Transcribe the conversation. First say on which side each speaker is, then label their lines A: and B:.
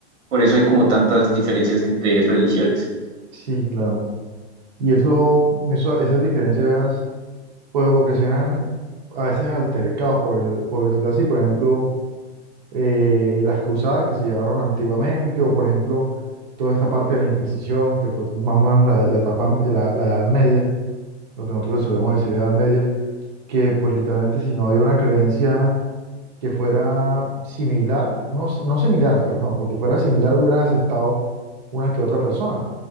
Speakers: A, on the right (about 80°); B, on the right (about 40°).
A: por eso hay como tantas diferencias entre religiones.
B: Sí, claro. Y eso, eso, esas diferencias, pues ocasionan a veces altercados, por, por decirlo así. Por ejemplo, eh, las cruzadas que se llevaron antiguamente, o por ejemplo, toda esta parte de la Inquisición, que fue más o menos la, la etapa, la, la Edad Media, lo que nosotros le solemos decir Edad Media, que pues literalmente si no había una creencia que fuera similar, no, s- no similar, perdón, porque fuera similar hubieran aceptado una que otra persona.